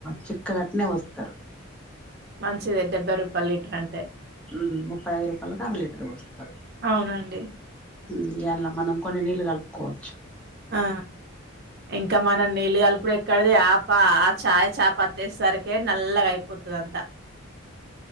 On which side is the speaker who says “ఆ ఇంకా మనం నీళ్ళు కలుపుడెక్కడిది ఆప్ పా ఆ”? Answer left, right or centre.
Right